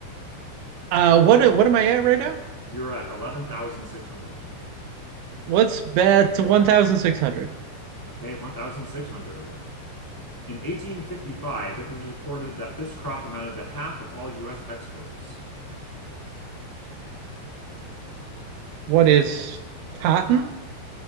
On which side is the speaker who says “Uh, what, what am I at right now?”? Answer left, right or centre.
Right